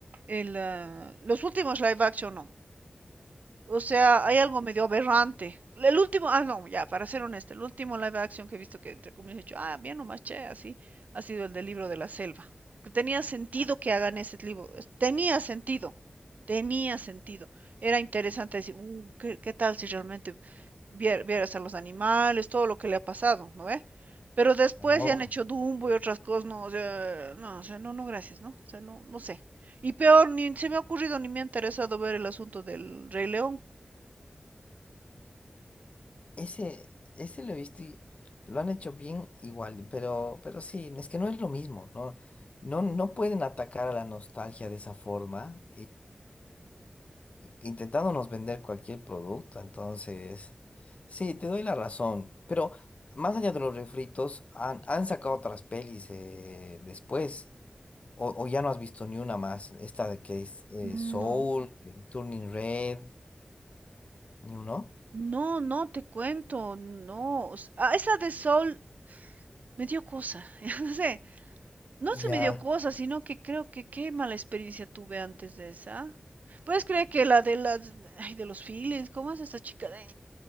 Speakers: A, on the right; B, on the left.
A: el, ah, los últimos live action no. O sea,
B: Ah,
A: hay algo medio aberrante. El último, ah, no, ya, para ser honesta, el último live action que he visto que entre comillas he dicho, ah, bien nomás, che, así, ha sido el del libro de la selva. Tenía sentido que hagan ese libro, tenía sentido, tenía sentido. Era interesante decir, uh, ¿qué, qué tal si realmente vieras a los animales, todo lo que le ha pasado, ¿no ve? Pero después
B: al Mogli.
A: ya han hecho Dumbo y otras cosas, no, o sea, no, o sea, no, no, gracias, ¿no? O sea, no, no sé. Y peor, ni se me ha ocurrido ni me ha interesado ver el asunto del Rey León.
B: Ese, ese lo he visto y lo han hecho bien igual, pero, pero sí, es que no es lo mismo, ¿no? No, no pueden atacar a la nostalgia de esa forma intentándonos vender cualquier producto. Entonces, sí, te doy la razón. Pero más allá de los refritos, han, han sacado otras pelis eh, después. O, o ya no has visto ni una más. Esta de que es eh,
A: No,
B: Soul, eh, Turning Red, ni uno.
A: no, no te cuento, no. o s- ah, esa de Sol me dio cosa, <laughs> no sé, no
B: Ya.
A: se me dio cosa, sino que creo que qué mala experiencia tuve antes de esa. ¿Puedes creer que la de las, ay, de los feelings, cómo es esta chica de,